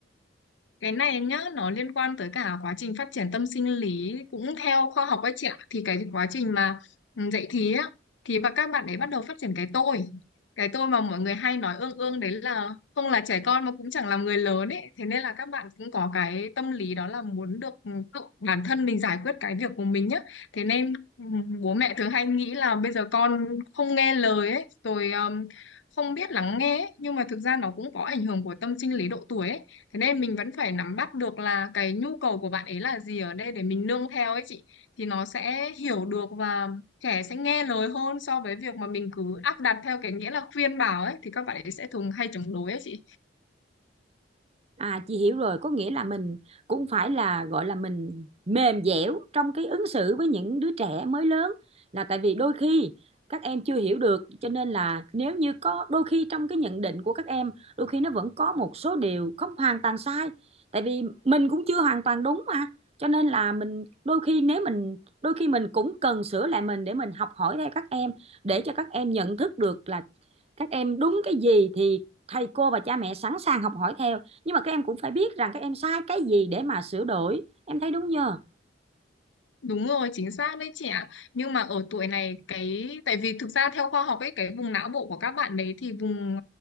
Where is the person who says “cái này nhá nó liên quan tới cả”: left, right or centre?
Left